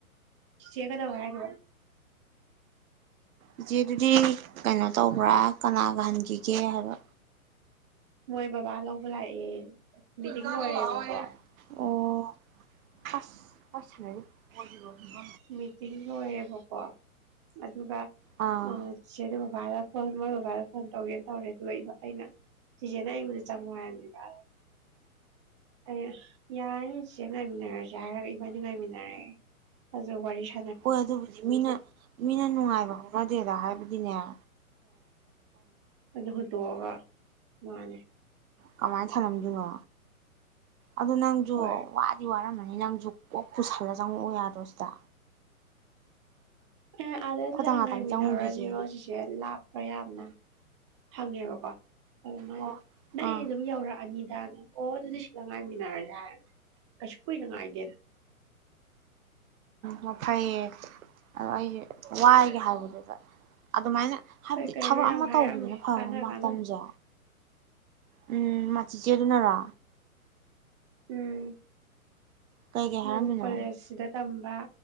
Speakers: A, on the right; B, on the right.
A: ꯆꯤꯆꯦ ꯀꯩꯗꯧꯋꯦ ꯍꯥꯏꯅꯣ
B: ꯏꯆꯦ ꯗꯨꯗꯤ ꯀꯩꯅꯣ ꯇꯧꯕ꯭ꯔꯥ ꯀꯅꯥꯒ ꯍꯟꯈꯤꯒꯦ ꯍꯥꯏꯕ
A: ꯃꯣꯏ ꯕꯕꯥ ꯂꯧꯕ ꯂꯥꯛꯑꯦ ꯃꯤꯇꯤꯡ
B: ꯆꯥꯛ
A: ꯂꯣꯏꯔꯦꯕꯀꯣ
B: ꯂꯧ ꯂꯥꯛꯑꯣꯌꯦ ꯑꯣ ꯑꯁ ꯑꯁ ꯁꯥꯟꯅꯔꯤ ꯃꯣꯢꯒꯤꯔꯣ ꯁꯤꯕꯣ
A: ꯃꯤꯇꯤꯡ ꯂꯣꯏꯔꯦꯕꯀꯣ ꯑꯗꯨꯒ
B: ꯑꯥ
A: ꯑꯣ ꯆꯦꯗꯣ ꯕꯥꯗ ꯐꯣꯟ ꯃꯣꯏ ꯕꯕꯥꯗ ꯐꯣꯟ ꯇꯧꯒꯦꯅ ꯇꯧꯔꯦ ꯑꯗꯨꯒ ꯑꯩꯅ ꯆꯦꯆꯦꯅ ꯑꯩꯕꯨꯗ ꯆꯪꯉꯨ ꯍꯥꯏꯕꯅꯦꯕ ꯑꯩꯅ ꯌꯥꯔꯅꯤ ꯆꯦ ꯉꯥꯏꯃꯤꯟꯅꯔꯁꯦ ꯍꯥꯏꯔꯒ ꯏꯕꯥꯅꯤ ꯉꯥꯏꯃꯤꯟꯅꯔꯦ ꯑꯖꯥ ꯋꯥꯔꯤꯁꯦ
B: ꯍꯣꯏ ꯑꯗꯨꯕꯨꯗꯤ ꯃꯤꯅ ꯃꯤꯅ ꯅꯨꯡꯉꯥꯏꯕ ꯍꯧꯅꯗꯦꯗ ꯍꯥꯏꯕꯗꯤ ꯗꯤꯅꯦ <inaudible>
A: <inaudible> ꯑ ꯃꯥꯟꯅꯦ
B: ꯀꯃꯥꯏꯅ ꯊꯝꯂꯝ ꯗꯣꯏꯅꯣ ꯑꯗꯨ ꯅꯪꯁꯨ
A: ꯍꯣꯏ
B: ꯋꯥꯗꯤ ꯋꯥꯔꯝ ꯅꯪꯂꯨ ꯀꯣꯛ ꯄꯨꯨꯁꯜꯂ ꯆꯪꯉꯛꯑꯣ ꯌꯥꯗꯣ ꯁꯤꯗ
A: ꯑꯦ ꯑꯥꯗ
B: ꯈꯣꯏꯗꯪ ꯉꯥꯛꯇꯪ
A: ꯉꯥꯏꯃꯤꯟꯅꯩꯔ
B: ꯆꯪꯉꯨꯈꯤꯁꯦ
A: ꯁꯤꯔꯣ ꯆꯤꯆꯦ ꯂꯥꯞꯄ꯭ꯔꯥ ꯌꯝ ꯍꯪꯉꯦꯕꯀꯣ ꯑꯗꯨꯃꯥꯏꯅ
B: ꯑꯣ
A: ꯅꯣꯏ
B: ꯑꯥ
A: ꯑꯗꯨꯝ ꯌꯧꯔꯛ ꯑꯅꯤ ꯌꯥ ꯑꯣ ꯑꯗꯨꯗꯤ ꯁꯤꯗ ꯉꯥꯏꯃꯤꯟꯅꯔꯁꯦ ꯌꯥ ꯀꯩꯁꯨ ꯀꯨꯏꯅ ꯅꯨꯡꯉꯥꯏꯗꯦꯗ
B: ꯎꯝ ꯐꯩꯌꯦ ꯑꯗꯣ ꯑꯩꯖꯦ ꯋꯥꯏꯒꯥ ꯍꯥꯏꯕꯗꯨꯗ ꯑꯗꯨꯃꯥꯏꯅ ꯍꯥꯏꯕꯗꯤ
A: ꯀꯩ ꯀꯩꯅꯣ
B: ꯊꯕꯛ
A: ꯌꯥꯝ
B: ꯑꯃ
A: ꯍꯥꯏꯔꯛꯑꯝꯃꯦ
B: ꯇꯧꯈꯤꯕꯅ ꯐꯕꯅꯤ
A: ꯀꯥꯟꯅ
B: ꯃꯇꯝꯁꯦ
A: ꯀꯥꯟꯅ
B: ꯎꯝ ꯃꯆꯦ ꯆꯝꯆꯦ ꯑꯗꯨꯅꯔ
A: ꯎꯝ
B: ꯀꯩ ꯀꯩ ꯍꯥꯏꯔꯝꯃꯤꯅꯣ
A: ꯅꯪ ꯀꯣꯂꯦꯖꯁꯤꯗ ꯇꯝꯕ